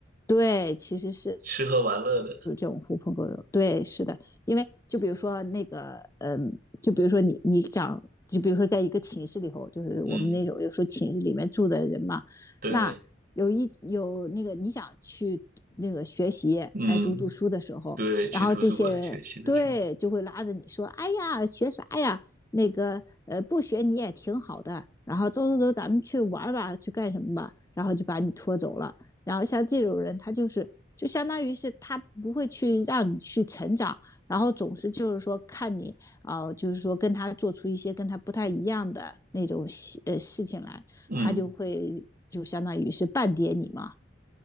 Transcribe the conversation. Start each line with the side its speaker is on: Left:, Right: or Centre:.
Left: 对，其实是
Right: 吃喝玩乐的。
Left: 狐朋狗友，对，是的，因为就比如说那个，嗯，就比如说你你想，就比如说在一个寝室里头，就是我们那种有时候寝室里面住的人嘛，
Right: 嗯，对，
Left: 那有一有那个你想去那个学习，
Right: 嗯
Left: 哎，读读书的时候，
Right: 对，去图书馆学习的时候，
Left: 然后这些人对就会拉着你说，哎呀，学啥呀？那个呃，不学你也挺好的。然后走走走，咱们去玩吧，去干什么吧？然后就把你拖走了。然后像这种人，他就是就相当于是他不会去让你去成长，然后总是就是说看你啊、呃就是说跟他做出一些跟他不太一样的那种呃事情来，
Right: 嗯。
Left: 他就会就相当于是半点你嘛。